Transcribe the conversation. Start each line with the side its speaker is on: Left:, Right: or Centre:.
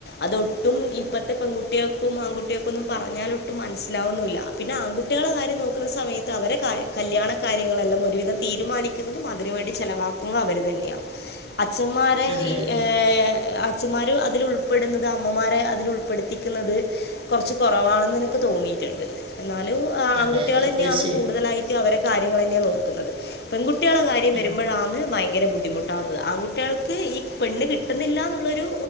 Left: അതൊട്ടും ഇപ്പഴത്തെ പെൺകുട്ടി കുട്ടികൾക്കും ആൺകുട്ടികൾക്കൊന്നും പറഞ്ഞാലോട്ടും മനസ്സിലാവുന്നന്നില്ല പിന്നെ ആൺുട്ടികളെ കാര്യം നോക്കുന്ന സമയത്ത് അവരെ കാര്ം കല്യാണ കാര്യങ്ങളെല്ലാം ഒരുവിധം തീരുമാനിക്കുന്നതും അതിന് വേണ്ടി ചെിലവാക്കുന്നത് അവര് തന്നെയാ അച്ഛന്മാരെ
Right: അതെ അതെ
Left: ഏഹ്
Right: അതെ
Left: അച്ഛന്മാര് അതി ഉൾപ്പെടുന്നത് അമ്മമാരെ അതിൽ ഉൾപ്പെടുത്തി ക്ക്‌ന്നത് കുറച്ച് കുറവാണെന്ന് എനിക്ക് തോന്നിയിട്ടുണ്ട് ന്നാലും ആൺുട്ടികൾ
Right: അതെ അതെ
Left: ന്നെയാണ്
Right: തീർച്ചയായിട്ടും
Left: കൂടുതലായിട്ട് അവരെ കാര്യങ്ങൾ ന്നെയാ നോക്കുന്നത് പെൺകുട്ടികളെ കാര്യം
Right: ആ
Left: വരുമ്പോഴാന്ന് ഭയങ്കര ബുദ്ധിമുട്ട് കാവുന്നത് ആൺട്ട്യേൾക്ക് ഈ പെണ്ണ് കിട്ടുന്നില്ല ന്ന്ള്ളൊരു